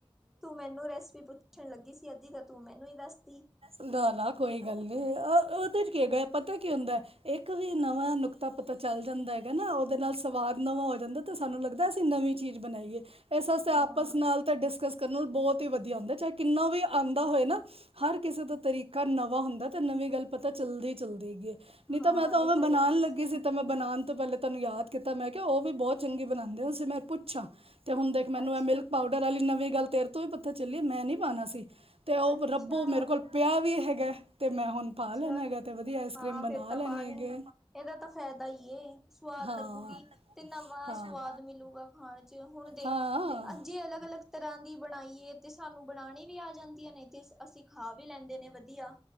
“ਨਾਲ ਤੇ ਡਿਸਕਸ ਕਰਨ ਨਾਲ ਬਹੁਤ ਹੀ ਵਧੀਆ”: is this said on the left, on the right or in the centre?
Right